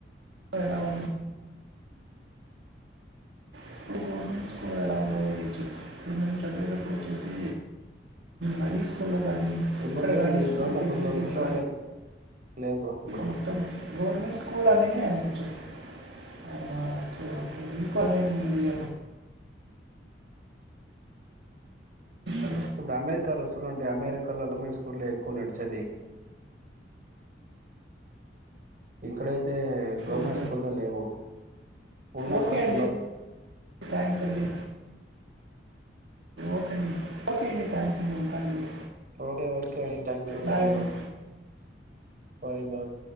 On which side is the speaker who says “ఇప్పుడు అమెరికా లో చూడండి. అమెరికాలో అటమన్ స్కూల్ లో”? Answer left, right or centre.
Right